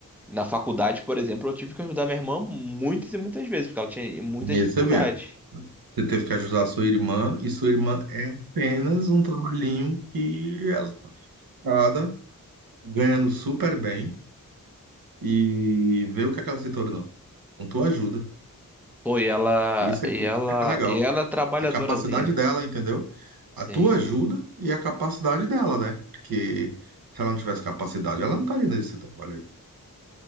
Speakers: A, in the centre; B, on the right.
A: Na faculdade, por exemplo, eu tive que ajudar minha irmã muitas e muitas vezes, porque ela tinha muita
B: E
A: dificuldade.
B: aí você vê. Você teve que ajudar sua irmã, e sua irmã é apenas um trabalhinho que ela tá ligada, ganhando super bem, e vê o que é que ela se tornou. Com tua ajuda.
A: Pô, e ela,
B: Isso
A: e
B: é, isso
A: ela,
B: é que é legal.
A: e ela é trabalhadorazinha.
B: A capacidade dela, entendeu?
A: Sim.
B: A tua ajuda e a capacidade dela, né? Porque se ela não tivesse capacidade, ela não estaria nesse trabalho aí.